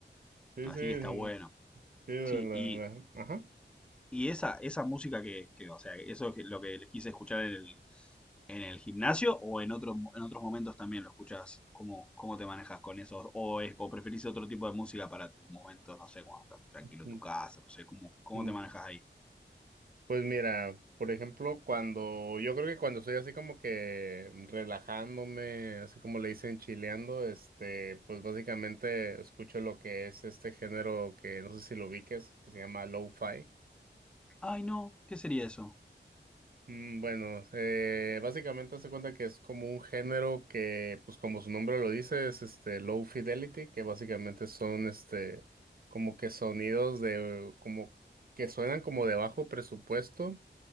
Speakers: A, on the right; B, in the centre.
A: Sí,
B: Así
A: sí, mm,
B: que está bueno.
A: sí, de
B: Sí,
A: la-
B: y
A: la- ajá.
B: Y esa, esa música que, que, o sea, eso es lo que les quise escuchar en el, en el gimnasio o en, otro, en otros momentos también lo escuchás. ¿Cómo, cómo te manejas con eso? ¿O, es, o preferís otro tipo de música para tus momentos, no sé, cuando estás tranquilo
A: Mm,
B: en tu casa, no sé, cómo, cómo
A: mm.
B: te manejas ahí?
A: Pues mira, por ejemplo, cuando, yo creo que cuando estoy así como que relajándome, así como le dicen chileando, este, pues básicamente escucho lo que es este género que no sé si lo ubiques, que se llama lo-fi.
B: Ay, no, ¿qué sería eso?
A: Mm, Bueno, eh, básicamente hace cuenta que es como un género que, pues como su nombre lo dice, es este low fidelity, que básicamente son este como que sonidos de como que suenan como de bajo presupuesto,